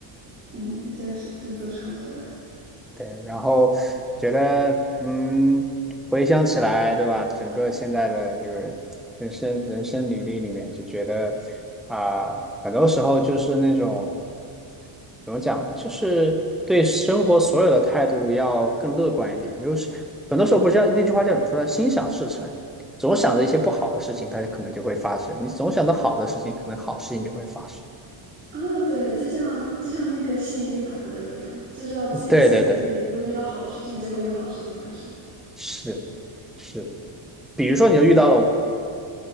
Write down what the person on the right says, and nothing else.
嗯，确实知足常乐啊。
啊，对，就像就像那个吸引力法则一样，就是要坚信自己会遇到好的事情，
就会有好的事情发生。